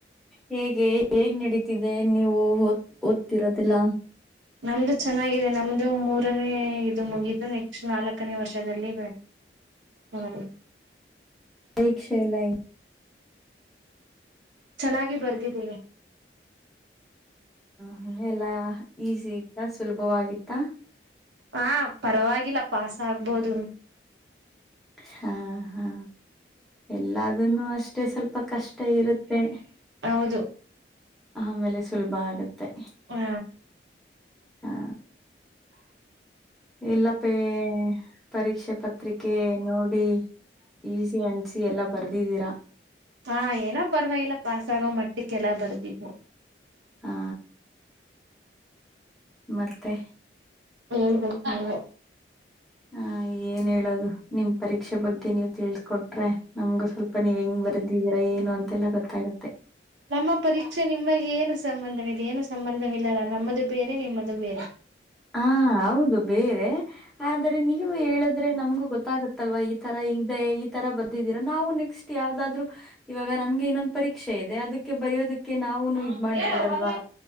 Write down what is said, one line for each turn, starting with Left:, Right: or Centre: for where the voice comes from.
Centre: ಹೇಗೆ ಹೇಗ್ ನಡೀತಿದೆ ನೀವು ಓದ ಓದ್ತಿರೋದಿಲ್ಲ
Right: ನಮ್ದು ಚೆನ್ನಾಗಿದೆ ನಮ್ದು ಮೂರ್ ರ ಇದು ಮುಗಿದ್ದು ನೆಕ್ಸ್ಟ್ ನಾಲ್ಕನೇ ವರ್ಷದಲ್ಲಿ ಹದು
Centre: ಪರೀಕ್ಷೆ ಎಲ್ಲ
Right: ಚೆನ್ನಾಗಿ ಬರ್ದಿದ್ದೀನಿ
Centre: ಹ ಎಲ್ಲಾ ಈಸಿ ಇತ್ತ ಸುಲಭವಾಗಿತ್ತ
Right: ಹ ಪರವಾಗಿಲ್ಲ ಪಾಸ್ ಆಗ್ಬೋದುಂಟು
Centre: ಹಾ ಹಾ ಎಲ್ಲಾದನ್ನು ಅಷ್ಟೇ ಸ್ವಲ್ಪ ಕಷ್ಟ ಇರುತ್ತೆ
Right: ಹೌದು
Centre: ಆಮೇಲೆ ಸುಲಭ ಆಗುತ್ತೆ
Right: ಹ
Centre: ಹಾ ಎಲ್ಲ ಪೇ ಪರೀಕ್ಷೆ ಪತ್ರಿಕೆ ನೋಡಿ ಈಸಿ ಅನ್ಸಿ ಎಲ್ಲಾ ಬರ್ದಿದ್ದೀರಾ
Right: ಹಾ ಏನ ಪರವಾಗಿಲ್ಲ ಪಾಸ್ ಆಗೋ ಮಟ್ಟಕ್ಕೆ ಎಲ್ಲ ಬರ್ದ್ವು
Centre: ಹಾ ಮತ್ತೆ
Right: ಹೇಳ್ಬೇಕು ನೀವೆ
Centre: ಹ ಏನ್ ಹೇಳದು ನಿಮ್ ಪರೀಕ್ಷೆ ಬಗ್ಗೆ ನೀವು ತಿಳ್ಸ್ಕೊಟ್ರೆ ನಮ್ಗು ಸ್ವಲ್ಪ ಇಪ್ಪ ನೀವ್ ಹೆಂಗ್ ಬರೆದಿದ್ದೀರಾ ಏನು ಅಂತೆಲ್ಲ ಗೊತ್ತಾಗತ್ತೆ
Right: ನಮ್ಮ ಪರೀಕ್ಷೆ ನಿಮಗೆ ಏನು ಸಂಬಂಧವಿದೆ ಏನು ಸಂಬಂಧವಿಲ್ಲಲ್ಲ ನಮ್ಮದು ಬೇರೆ ನಿಮ್ಮದು ಬೇರೆ
Centre: ಹಾ ಹೌದು ಬೇರೆ ಆದ್ರೆ ನೀವು ಹೇಳಿದ್ರ ನಮ್ಗೂ ಗೊತ್ತಾಗತ್ತಲ್ವಾ ಈ ತರ ಇದೆ ತರ ಬರ್ದಿದ್ದೀರಾ ನಾವು ನೆಕ್ಸ್ಟ್ ಯಾವದಾದ್ರು ಇವಾಗ ನಮ್ಗೆ ಇನ್ನೊಂದು ಪರೀಕ್ಷೆ ಇದೆ ಅದಕ್ಕೆ ಬರೆಯೋದಕ್ಕೆ ಕೆ ನಾವುನು
Right: ಓ
Centre: ಇದ್ ಮಾಡ್ಬೋದಲ್ವಾ
Right: ಹೌದಾ